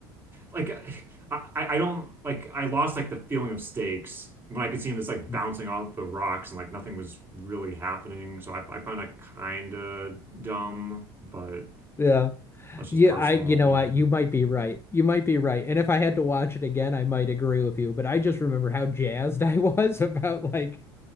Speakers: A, on the right; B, on the left.
A: like I, I don't like I lost like the feeling of stakes when I could see him just like
B: <laughs>
A: bouncing off the rocks and like nothing was really happening. So I I find that kind of dumb, but
B: Yeah.
A: that's just
B: Yeah,
A: personal
B: I you
A: opinion.
B: know what, you might be right. You might be right. And if I had to watch it again, I might agree with you, but I just remember how jazzed I was <laughs> about like